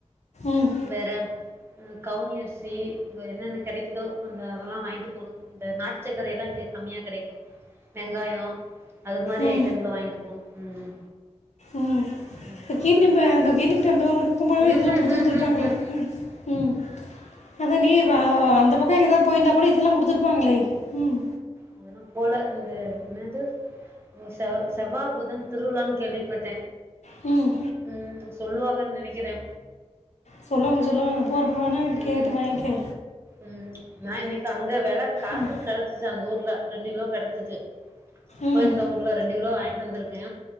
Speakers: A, on the left; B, on the right.
A: ம்
B: வேற கவுனி அரிசி வெ என்னென்ன கெடைக்குதோ அந்த அதெல்லா வாய்ன்ட்டு போணு இந்த நாட்டு சக்கர எல்லா இங்க கம்மியா கெடைக்கு வெங்காயோ அது மாரி
A: ம்
B: ஐட்டங்கலா வாய்ன்ட்டு போணு ம்
A: ம் <unintelligible>
B: ம்
A: கீர்னி பழோ அந்த கிர்னி பட்யோ தோ <unintelligible> பழோ
B: ம்
A: இதுல
B: ம்
A: புடுச்சு
B: ம்
A: வெச்சிருப்பாங்கல்ல
B: ம்
A: ம் ம் அதான்டி இப்ப அந்த பக்கோ எங்க தா போயிருந்தா கூட இதெல்லா குடுத்துருப்பாங்ளே ம்
B: அதல்லா போல இந்த என்னது செவ் செவ்வா புதன் திருவுழான் கேள்விப்பட்டே
A: ம்
B: ம் சொல்லுவாகன் நெனைக்கிறே
A: சொல்லு வாங்க சொல்லு வாங்க போறப்ப வேனா
B: ம்
A: கேட்டு வாய்ங்க்கே
B: ம் நா இன்னைக்கி அங்க வெல காசுக்
A: ம்
B: கெடைச்சிச்சு அந்த ஊர்ல ரெண்டு கிலோ கெடச்சிச்சு இப்ப
A: ம்
B: இந்த ஊர்ல ரெண்டு கிலோ வாய்ண்டு வந்திருக்கே